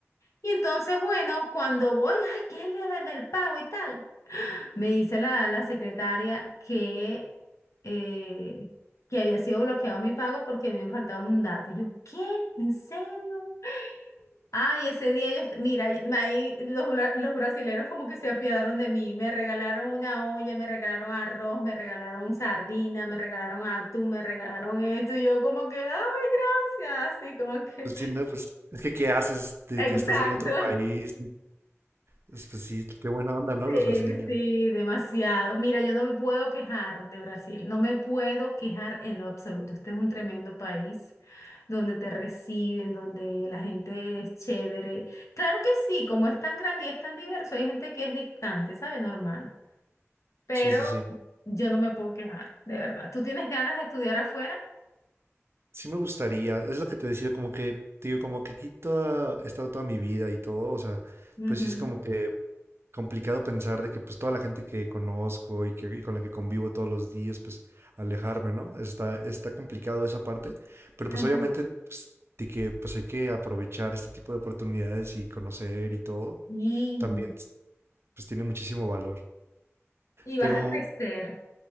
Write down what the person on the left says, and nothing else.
Y entonces, bueno, cuando voy, ay, que es el día de- del pago y tal, me dice la, la secretaria que, eh, que había sido bloqueado mi pago porque me faltaba un dato. Y yo, ¿qué? ¿En serio? Ay, ese día yo, est- mira, y- ahí los, bra- los brasileros como que se apiadaron de mí, me regalaron una olla, me regalaron arroz, me regalaron sardina, me regalaron atún, me regalaron esto, y yo como que, ay, gracias, así como que,
<laughs> exacto.
Sí,
sí, demasiado. Mira, yo no me puedo quejar de Brasil, no me puedo quejar en lo absoluto. Este es un tremendo país donde te reciben, donde la gente es chévere. Claro que sí, como es tan grande y es tan diverso, hay gente que es distante, ¿sabe? Normal. Pero
yo no me puedo quejar, de verdad. ¿Tú tienes ganas de estudiar afuera?
Ujú,
Ajá.
Y,
y vas
a crecer,